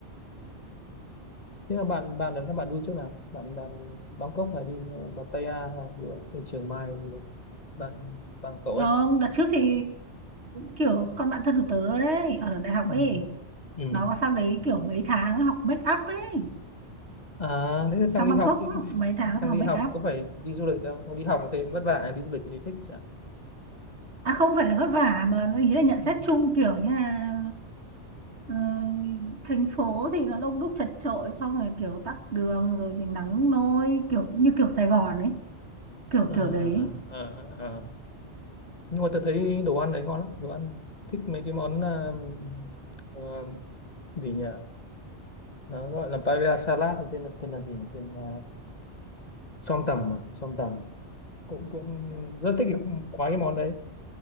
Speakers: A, on the left; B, on the right.
A: thế là bạn bạn đấy các bạn đi chỗ nào bạn bạn Bangkok hay đi ờ, Pattaya hay đi, đi Chiang Mai đi bạn bạn cậu
B: Ờ,
A: ấy
B: đợt trước thì kiểu con bạn thân của tớ đấy ở đại học
A: ừ.
B: ấy
A: Ừ.
B: nó có sang đấy kiểu mấy tháng học make up ấy
A: à nếu sang
B: sang
A: đi
B: Bangkok
A: học chứ
B: mấy tháng
A: sang
B: học
A: đi
B: make
A: học
B: up
A: có phải đi du lịch đâu không đi học thì vất vả đi du lịch thì thích chứ.
B: à không phải là vất vả mà ý là nhận xét
A: Ừ.
B: chung kiểu như là Ờ, thành phố thì nó đông đúc chật chội xong rồi kiểu tắc đường rồi thì nắng nôi kiểu như kiểu Sài Gòn ấy kiểu
A: Ờ,
B: kiểu đấy
A: ờ, ờ. nhưng mà tôi thấy đồ ăn đấy ngon lắm đồ ăn thích mấy cái món ờ, ờ, gì nhỉ nó gọi là paella salad tên là tên là gì nhỉ? tên là som tầm à som tầm cũng cũng rất thích cái, quá cái món đấy